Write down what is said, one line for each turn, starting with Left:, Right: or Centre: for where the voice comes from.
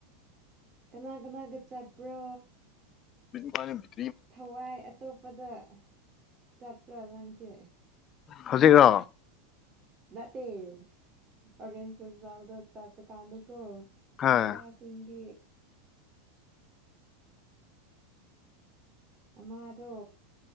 Right: ꯀꯅꯥ ꯀꯅꯥꯒ ꯆꯠꯄ꯭ꯔꯣ
Left: ꯃ ꯄ
Right: ꯊꯋꯥꯏ ꯑꯇꯣꯞꯄꯗ ꯆꯠꯄ꯭ꯔꯥ ꯅꯪꯁꯦ
Left: ꯍꯧꯖꯤꯛꯔꯣ
Right: ꯅꯠꯇꯦꯦꯟꯁꯁ ꯆꯗ ꯆꯠꯄ ꯀꯥꯟꯗꯀꯣ
Left: ꯍꯣꯏ
Right: ꯅꯨꯄꯥꯁꯤꯡꯗꯤ ꯑꯃꯥꯗꯣ